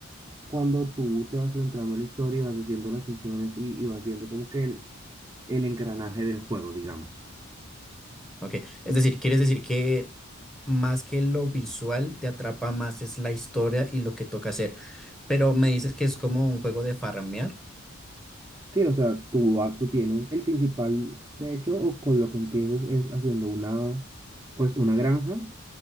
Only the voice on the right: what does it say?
cuando tú te vas centrando en la historia y vas haciendo las misiones y, y vas viendo como que el, el engranaje del juego, digamos.
Sí, o sea, tú, ah, tú tienes el principal, de hecho, o con lo que empiezas es haciendo una, pues, una granja